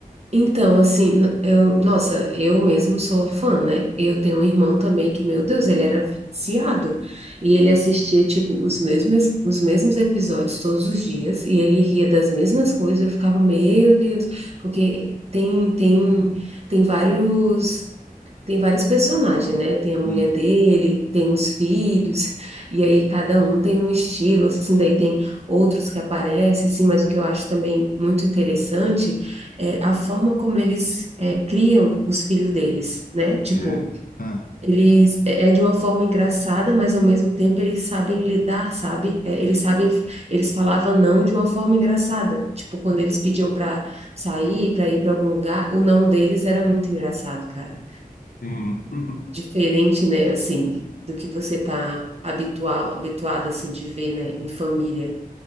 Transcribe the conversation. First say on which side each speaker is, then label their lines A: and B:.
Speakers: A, on the right; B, on the left.
A: então, assim, n- eu, nossa, eu mesmo sou fã, né? Eu tenho um irmão também que, meu Deus, ele era viciado. E ele assistia, tipo, os mesmos, os mesmos episódios todos os dias. E ele ria das mesmas coisas. Eu ficava, meu Deus, porque tem, tem, tem vários. Tem vários personagens, né? Tem a mulher
B: Hum.
A: dele, tem os filhos, e aí cada um tem um estilo, assim, daí tem outros que aparecem, assim, mas o que eu acho também muito interessante é a forma como eles eh, criam os filhos deles, né? Tipo,
B: É? Ah,
A: eles é é de uma forma engraçada, mas ao mesmo tempo eles sabem lidar, sabe? Eh, eles sabem, eles falavam não de uma forma engraçada. Tipo, quando eles pediam para sair, para ir para algum lugar, o não deles era muito engraçado, cara
B: sim. Uhum.
A: diferente, né, assim, do que você tá habitual, habituado, assim, de ver, né, em família.